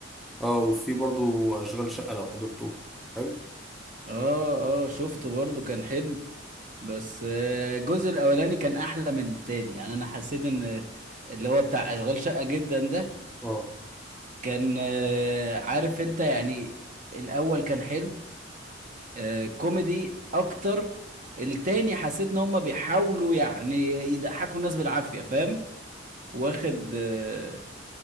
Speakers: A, in the centre; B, on the right.
A: اه وفي برضه اشغال شقه لو حضرته حلو
B: اه اه شفته برضو كان حلو بس آه، الجزء الاولاني كان احلى من التاني يعني انا حسيت ان اللي هو بتاع اشغال شقه جدا ده
A: اه
B: كان آه، عارف انت يعني الاول كان حلو آه، كوميدي اكتر التاني حسيت ان هم بيحاولوا يعني يضحكوا الناس بالعافيه فاهم واخد آه،